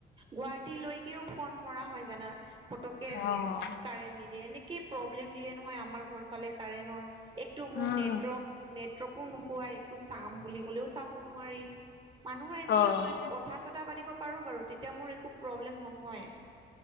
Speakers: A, on the right; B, on the left.
A: গুৱাহাটীলৈকেও ফোন মৰ কৰা হয় জানা? ফতককে
B: অ',
A: কাৰেণ্ট নিদিয়ে, এনেকেই প্ৰব্লেম দিয়ে নহয় আমাৰ ঘৰৰ ফালে কাৰেণৰ। এইটো
B: উম
A: মোৰ নেটৱৰ্ক-নেটৱৰ্কো নোপোৱা, একো চাম বুলি ক'লেও চাব নোৱাৰি মানুহৰ এনেই
B: অ',
A: কথা চতা পাতিব পাৰো বাৰু, তেতিয়া মোৰ একো প্ৰব্লেম নহয়।